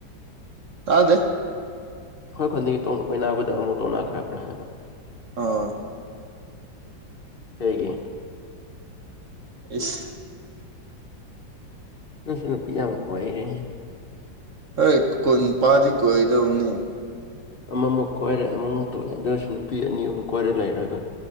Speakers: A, on the right; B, on the left.
A: ꯑꯦ
B: ꯑꯩꯈꯣꯏ ꯈꯨꯟꯗꯤꯡ ꯀꯣꯏꯅꯥꯕꯨꯗ ꯑꯃꯨꯛ ꯇꯣꯅꯥ ꯈ꯭ꯔꯕ꯭ꯔꯥ ꯍꯥꯏꯕ
A: ꯑꯥ
B: ꯍꯒꯤ
A: ꯏꯁ
B: ꯅꯪꯁꯨ ꯅꯨꯄꯤ ꯌꯥꯝ ꯀꯣꯏꯏꯔꯦ
A: ꯍꯣꯏ ꯀꯨꯟꯄꯥꯗꯤ ꯀꯣꯏꯗꯧꯅꯤ
B: ꯑꯃꯃꯨꯛ ꯀꯣꯏꯔꯦ ꯑꯃꯃꯨꯛ ꯇꯣꯛꯑꯦ ꯑꯗꯨ ꯑꯣꯏꯔꯁꯨ ꯅꯨꯄꯤ ꯑꯅꯤ ꯑꯍꯨꯝ ꯀꯣꯏꯔꯦ ꯂꯩꯔꯒ